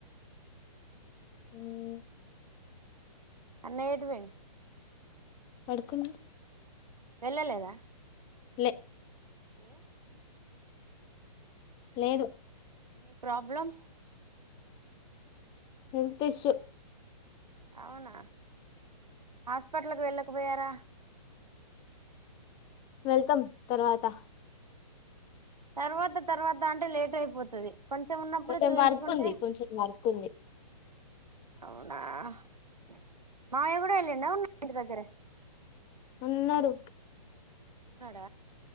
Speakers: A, on the left; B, on the right.
A: ఉమ్
B: అన్నయ అటు పోయిండు
A: పడుకున్నా
B: వెళ్ళలేద
A: లె
B: ఏ
A: లేదు
B: ఎనీ ప్రాబ్లం
A: హెల్త్ ఇష్యు
B: అవున హాస్పిటల్కి వెళ్ళ క్ పోయార
A: వెళ్తం తర్వాత
B: తర్వాత తర్వాత అంటే లేట్ అయిపోతది కొంచెం ఉన్నప్పుడే
A: కొంచం
B: చూయించుకుంటే
A: వర్క్ ఉంది కొంచెం వర్క్ ఉంది
B: అవునా హ్ మామయ్య కూడా వెళ్ళిండా ఉన్న ఇంటి దగ్గరె
A: ఉన్నరు
B: ఉన్నాడ